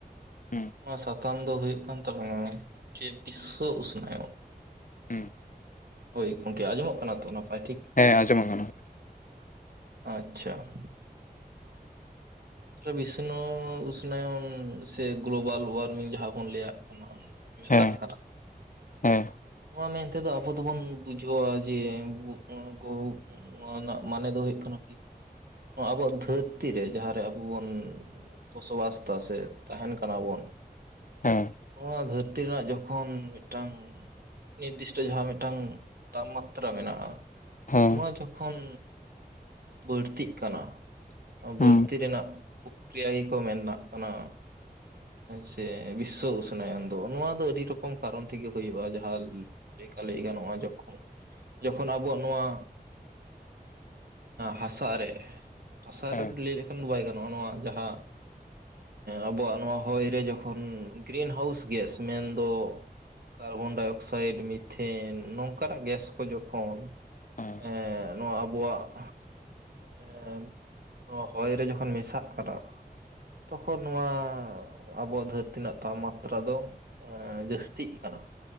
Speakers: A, on the left; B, on the right.
A: ᱦᱩᱸ
B: ᱚᱱᱟ ᱥᱟᱛᱟᱢ ᱫᱚ ᱦᱩᱭᱩᱜ ᱠᱟᱱ ᱛᱟᱞᱟᱝ ᱡᱮ ᱵᱤᱥᱥᱚ ᱩᱥᱱᱳᱣ᱾
A: ᱦᱩᱸ ᱾
B: ᱦᱳᱭ ᱜᱚᱝᱠᱮ ᱟᱸᱡᱚᱢᱚᱜ ᱠᱟᱱᱟ ᱛᱚ ᱱᱟᱯᱟᱭ ᱴᱷᱤᱠ?
A: ᱦᱮᱸ ᱟᱸᱡᱚᱢ ᱟᱠᱟᱱᱟ ᱾
B: ᱟᱪᱪᱷᱟ ᱾ ᱥᱮ ᱵᱤᱥᱱᱚ ᱩᱥᱱᱟᱭᱚᱱ ᱥᱮ ᱜᱞᱳᱵᱟᱞ ᱳᱣᱟᱨᱢᱤᱝ ᱡᱟᱦᱟᱸ ᱵᱚᱱ ᱞᱟᱹᱭᱟᱜ ᱠᱟᱱᱟ ᱾ ᱢᱮᱛᱟᱜ
A: ᱦᱮᱸ
B: ᱠᱟᱱᱟ ᱾
A: ᱦᱮᱸ ᱾
B: ᱱᱚᱣᱟ ᱢᱮᱱᱛᱮᱫᱚ ᱟᱵᱚ ᱫᱚᱵᱚᱱ ᱵᱩᱡᱷᱟᱹᱣᱟ ᱡᱮ <unintelligible> ᱱᱚᱣᱟ ᱨᱮᱱᱟᱜ ᱢᱟᱱᱮ ᱫᱚ ᱦᱩᱭᱩᱜ ᱠᱟᱱᱟ ᱠᱤ ᱱᱚᱣᱟ ᱟᱵᱚᱣᱟᱜ ᱫᱷᱟᱹᱨᱛᱤ ᱨᱮ ᱡᱟᱦᱟᱸ ᱨᱮ ᱟᱵᱚ ᱵᱚᱱ ᱵᱚᱥᱚᱵᱟᱥ ᱫᱟ ᱥᱮ ᱛᱟᱦᱮᱱ ᱠᱟᱱᱟ ᱵᱚᱱ
A: ᱦᱮᱸ ᱾
B: ᱱᱚᱣᱟ ᱫᱷᱟᱹᱨᱛᱤ ᱨᱮᱱᱟᱜ ᱡᱚᱠᱷᱚᱱ ᱢᱤᱫᱴᱟᱝ‌ ᱱᱤᱨᱫᱤᱥᱴᱚ ᱡᱟᱦᱟᱸ ᱢᱤᱫᱴᱟᱝ ᱛᱟᱯᱢᱟᱛᱛᱨᱟ ᱢᱮᱱᱟᱜᱼᱟ‌ ᱾
A: ᱦᱮᱸ
B: ᱱᱚᱣᱟ ᱡᱚᱠᱷᱚᱱ ᱵᱟᱹᱲᱛᱤᱜ ᱠᱟᱱᱟ ᱵᱟᱹᱲᱛᱤ
A: ᱦᱩᱸ
B: ᱨᱮᱱᱟᱜ ᱯᱚᱠᱨᱤᱭ ᱜᱮ ᱠᱚ ᱢᱮᱱᱱᱟᱜ ᱠᱟᱱᱟ ᱾ ᱥᱮ ᱵᱤᱥᱥᱚ ᱩᱥᱱᱟᱭᱚᱱ ᱫᱚ ᱱᱚᱣᱟ ᱫᱚ ᱟᱹᱰᱤ ᱨᱚᱠᱚᱢ ᱠᱟᱨᱚᱱ ᱛᱮᱜᱮ ᱦᱩᱭᱩᱜᱼᱟ ᱡᱟ ᱦᱟ ᱞᱮᱠᱟ ᱞᱟᱹᱭ ᱜᱟᱱᱚᱜᱼᱟ, ᱡᱚᱠᱷᱚᱱ ᱡᱚᱠᱷᱚᱱ ᱟᱵᱚᱣᱟᱜ ᱱᱚᱣᱟ ᱦᱟᱥᱟ ᱨᱮ ᱦᱟᱥᱟ
A: ᱦᱮᱸ
B: ᱨᱮᱫᱚ ᱞᱟᱹᱭ ᱞᱮᱠᱷᱟᱱ ᱫᱚ ᱵᱟᱭ ᱜᱟᱱᱚᱜᱼᱟ ᱱᱚᱣᱟ ᱡᱟᱦᱟᱸ ᱟᱵᱚᱣᱟᱜ ᱱᱚᱣᱟ ᱦᱚᱭ ᱨᱮ ᱡᱚᱠᱷᱚᱱ ᱜᱨᱤᱱ ᱦᱟᱣᱩᱥ ᱜᱮᱥ ᱢᱮᱱᱫᱚ ᱠᱟᱨᱵᱚᱱᱰᱟᱭᱚᱠᱥᱟᱭᱤᱰ, ᱢᱤᱛᱷᱮᱱ ᱱᱚᱝᱠᱟᱱᱟᱜ ᱜᱮᱥ ᱠᱚ ᱡᱚᱠᱷᱚᱱ
A: ᱦᱮᱸ ᱦᱮᱸ
B: ᱮᱸᱜ ᱱᱚᱣᱟ ᱟᱵᱚᱣᱟᱜ ᱮᱸ ᱱᱚᱣᱟ ᱦᱚᱭ ᱨᱮ ᱡᱚᱠᱷᱚᱱ ᱢᱮᱥᱟᱜ ᱠᱟᱱᱟ ᱛᱚᱠᱷᱚᱱ ᱱᱚᱣᱟ ᱟᱵᱚᱣᱟᱜ ᱫᱷᱟᱹᱨᱛᱤ ᱨᱮᱱᱟᱜ ᱛᱟᱯᱢᱟᱛᱛᱨᱟ ᱫᱚ ᱮᱸ ᱡᱟᱹᱥᱛᱤᱜ ᱠᱟᱱᱟ ᱾